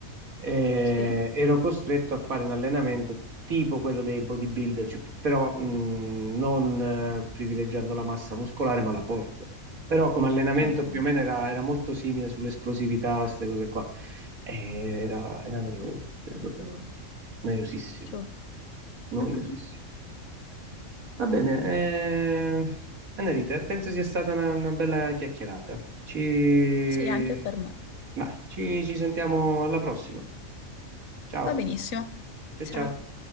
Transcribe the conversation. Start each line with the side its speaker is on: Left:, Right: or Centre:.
Right: eh,
Left: Sì?
Right: ero costretto a fare un allenamento tipo quello dei bodybuilder, cioè, però mh, non eh, privilegiando la massa muscolare, ma la forza. Però come allenamento
Left: Ok,
Right: più o meno era, era molto simile sull'esplosività, queste cose qua. Eh, era, era noioso, cioè proprio noiosissimo,
Left: ciao.
Right: noiosissimo.
Left: <laughs>
Right: Va bene, eh, Annalita, penso sia stata una, una bella chiacchierata. Ci...
Left: Sì, anche per me.
Right: Vai, ci ci sentiamo alla prossima. Ciao,
Left: Va benissimo.
Right: ciao
Left: Ciao.
Right: ciao.